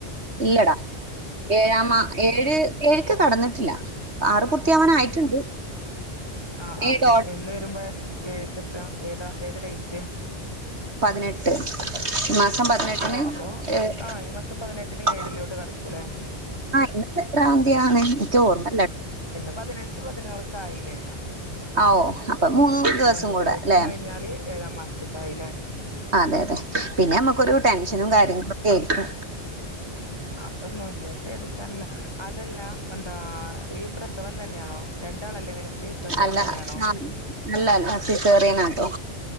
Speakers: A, on the right (about 80°); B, on the left (about 25°).
A: ഇല്ലടാ. ഏഴാമാ ഏഴ് ഏഴുക്ക് കടന്നിട്ടില്ല പൂർത്തിയാവാനായിട്ടുണ്ട്.
B: ആ ആ
A: ഏ ഡോട്ട്
B: എന്ന വരുമ്പോ എഴുക്കത്ത ഏതാ ഏത് ഡേറ്റ്
A: പതിനേഴ് ട്ട് മാസം പതിനെട്ടിന്
B: ഓ അപ്പൊ
A: ഏഹ്
B: ആഹ് ഈ മാസം പതിനെട്ടിന്
A: ആഹ്
B: ഏഴിലോട്ട് കടക്കൂല്ലേ
A: ഇന്നിപ്പോ എത്ര തീയതിയാണ് എനിക്ക് ഓർമ്മ.
B: ഇന്ന് പതിനഞ്ച് പതിനാറ് കായില്ലേ
A: ആ ഓ അപ്പൊ മൂന്ന് ദിവസം
B: രണ്ട്
A: കൂടെ
B: മൂന്ന് ദിവസം
A: അല്ലെ
B: കഴിഞ്ഞാല് ഏഴാം മാസത്തക്കായില്ലേ
A: അതെ അതെ പിന്നെ നമുക്കൊരു ടെൻഷനും കാര്യങ്ങളും കേ ഏ
B: അതൊന്നുമല്ല പേടിക്കാനില്ല അതല്ല എന്താ ഈ പ്രസവം തന്നെയാണോ, രണ്ടാളല്ലേ നിനക്ക് പ്രസവം
A: അല്ല
B: തന്നെയാണോ.
A: ആഹ് അല്ല അല്ല സിസേറിയനാട്ടോ.